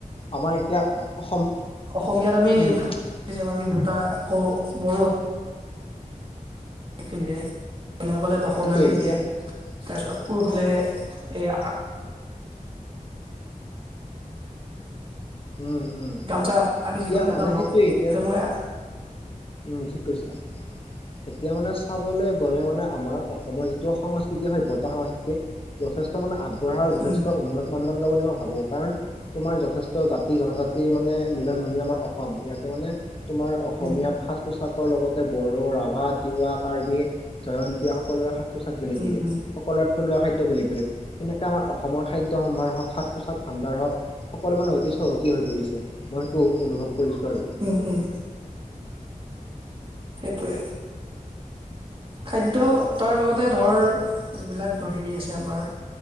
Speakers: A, on the left; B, on the right.
A: আমাৰ এতিয়া অসম
B: অসমীয়াত আমি
A: উম
B: পিন্ধো দুটা আকৌ বড়ো পিন্ধে মহিলা সকলে দখনা
A: সেইটোয়ে
B: পিন্ধে
A: এতিয়া
B: তাৰপিছত পুৰুষসকলে এই
A: উম উম
B: গামোচা আমি
A: এতিয়া
B: যিখন গামোচা
A: মানে
B: লওঁ
A: সেইটোৱে এতিয়া
B: তেওঁলোকে
A: উম ঠিক কৈছা। এতিয়া মানে চাবলৈ গ'লে মানে আমাৰ অসমৰ যিটো সংস্কৃতি সভ্যতা সংস্কৃতি যথেষ্ট মানে আগবঢ়া আৰু যথেষ্ট
B: উম
A: উন্নত মানদণ্ড বুলি মই ভাবো কাৰণ তোমাৰ যথেষ্ট জাতি জনজাতিৰ মানে মিলন ভূমি আমাৰ অসম ইয়াতে মানে তোমাৰ অসমীয়া
B: উম
A: সাংস্কৃতি পোচাকৰ লগতে বড়ো ৰাভা তিৱা কাৰ্বি জয়ন্তীয়া সকলোৰে সাজ পোচাক বেলেগ
B: উম
A: বেলেগ
B: উম
A: সকলৰে থলুৱা খাদ্য বেলেগ বেলেগ এনেকে আমাৰ অসমৰ খাদ্য সম্ভাৰ হওক সাজ পোচাক ভাণ্ডাৰ হওক সকলো মানে অতি চহকী হৈ পৰিছে মই সেইটো অনুভৱ কৰিছো আৰু।
B: ওম ওম সেইটোৱে। খাদ্য তাৰ লগতে ধৰ যিবিলাক হেৰি আছে আমাৰ